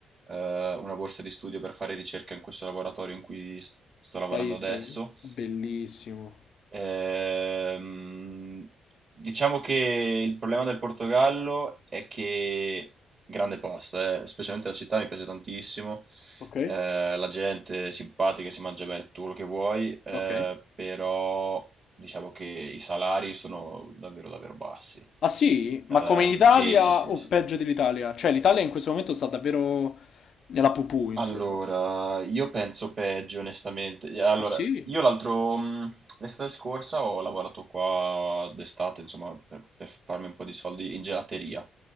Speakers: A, on the right (about 45°); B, on the left (about 60°).
A: eh, una borsa di studio per fare ricerca in questo laboratorio in cui s- sto
B: Stai,
A: lavorando adesso
B: stai, bellissimo.
A: Ehm, diciamo che il problema del Portogallo è che grande posto, eh, specialmente la città mi piace tantissimo.
B: Ok,
A: eh, la gente è simpatica, si mangia bene tutto quello che vuoi, eh,
B: ok.
A: però diciamo che i salari sono davvero davvero bassi.
B: Ah sì? Ma
A: Ehm,
B: come in Italia
A: sì, sì, sì,
B: o
A: sì.
B: peggio dell'Italia? Cioè l'Italia in questo momento sta davvero nella pupù, insomma.
A: Allora, io penso peggio, onestamente. Allora,
B: Ah sì?
A: io l'altro, mh, l'estate scorsa ho lavorato qua d'estate, insomma, per, per farmi un po' di soldi in gelateria